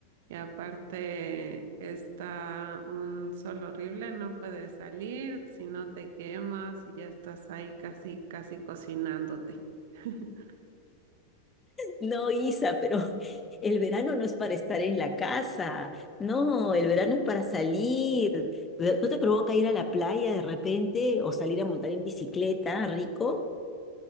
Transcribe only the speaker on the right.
Y aparte está un sol horrible, no puedes salir, si no te quemas y ya estás ahí casi, casi cocinándote. <laughs>